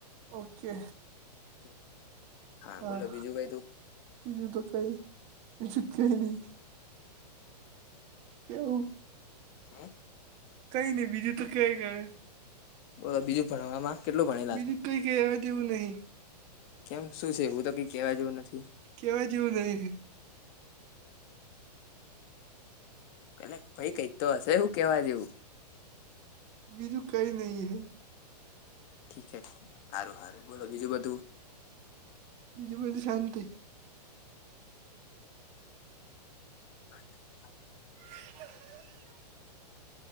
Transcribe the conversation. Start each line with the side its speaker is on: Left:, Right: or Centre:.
Right: ઓકે.
Left: <inaudible>
Right: હા
Left: બોલો બીજું કઈ તું
Right: બીજું તો કઈ બીજું જ કઈ નહી. એવું?
Left: હા
Right: કઈ નહી બીજું તો ક કય?
Left: બોલો તો બીજું ભણવામાં કેટલું ભણેલા
Right: બીજું
Left: છે?
Right: કઈ કહેવા જેવું નહી
Left: કેમ શું છે એવું તો કઈ કેવા જેવું નથી?
Right: કેવા જેવું નઈ.
Left: પેલે ભાઈ કઈ તો હશે હું કેવા જેવું?
Right: બીજું કઈ નહીં હૈ.
Left: ઠીકે સારું સારું બોલો બીજું બધું?
Right: બીજી બજી શાંતિ.
Left: <inaudible>
Right: <unintelligible>